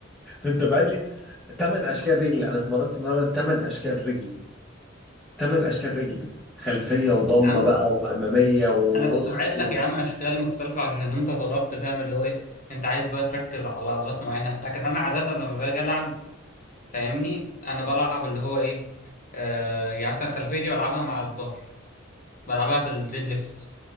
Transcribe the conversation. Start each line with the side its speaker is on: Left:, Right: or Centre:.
Centre: انت بعت لي ثمان اشكال رجل انا اتمرنت النهارده ثمان اشكال رجل ثمان اشكال رجل خلفيه وضمه
Left: يا عم
Centre: بقى واماميه وبص
Left: انا كنت بعت لك
Centre: و...
Left: يا عم اشكال مختلفة عشان انت طلبت فاهم اللي هو ايه انت عايز بقى تركز على عضلات معينة لكن انا عادة لما باجي العب فاهمني انا بلعب اللي هو ايه آه يعني مثلا الخلفية دي بلعبها مع الظهر بلعبها في الديد ليفت